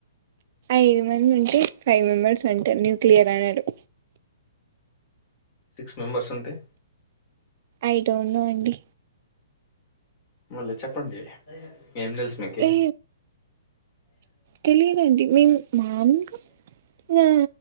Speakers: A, on the right; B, on the left.
A: ఐదు మంది ఉంటే ఫైవ్ మెంబర్స్ అంటారు న్యూక్లియర్ అనరు
B: సిక్స్ మెంబర్స్ ఉంటే
A: ఐ డోంట్ నో అండి
B: మళ్ళీ చెప్పండి ఏం తెల్స్ మీకి
A: ఏ తెలియదండి మేము మాములుగా నా